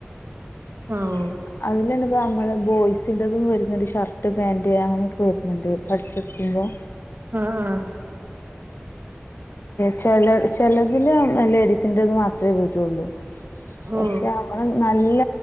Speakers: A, on the left (about 60°); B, on the right (about 55°).
A: <unintelligible>
B: ആ ഓ
A: നമ്മടെ ബോയ്സിന്റെതും വരുന്നോണ്ട് ഷർട്ട്‌ പാന്റ് അങ്ങനൊക്കെ വരുന്നോണ്ട് പടിച്ചകൊടുക്കുമ്പോ
B: ആ ആഹാ
A: ചെലട് ചെലതില് ലേഡിസിന്റെത് മാത്രേ വരുള്ളൂ പക്ഷേ
B: ഓ
A: നമ്മൾ നല്ല നല്ല